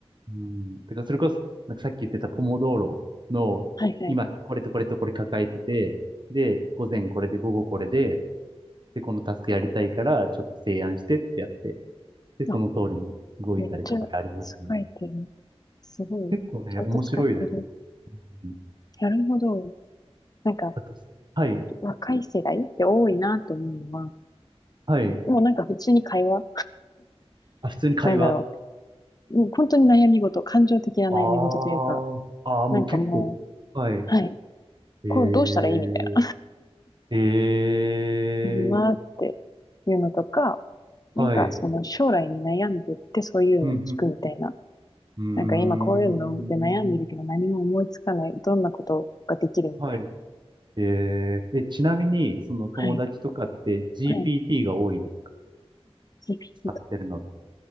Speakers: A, on the right; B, on the left.
A: うん。だからそれこそ、なんかさっき言ってたポモドーロの、
B: はいはい。
A: 今これとこれとこれ抱えてて、で、午前これで午後これで、で、このタスクやりたいから、ちょっと提案してってやって、で、その通りに動いたりとかありますね。
B: あ、めっちゃ使えてる。すごい。
A: 結構ね、
B: ちゃんと使ってる。
A: 面白いですよ。うん
B: なるほど。なんか、
A: あと、はい、
B: 若い世代って多いなと思うのは、
A: はい。
B: もうなんか普通に会話、
A: あ、普通に会話。
B: なんだろう。もう本当に悩み事、感情的な悩み事というか、
A: ああ、あーもう結構。
B: なんかも
A: はい。
B: う、はい。
A: えー、
B: こうどうしたらいいみたいな。
A: え
B: 今っていうのとか、なんかその将来に悩んでってそういうのを聞くみたいな。
A: ー、はい。うん、うん、うん、うん。
B: なんか今こういうので悩んでるけど何も思いつかない。
A: うーん。
B: どんなことができるみたい
A: はい。えー、え、ちなみに、その友達とかって
B: な。はい。
A: GPT
B: はい。
A: が多いですか
B: GPT
A: 使ってるのと。
B: と。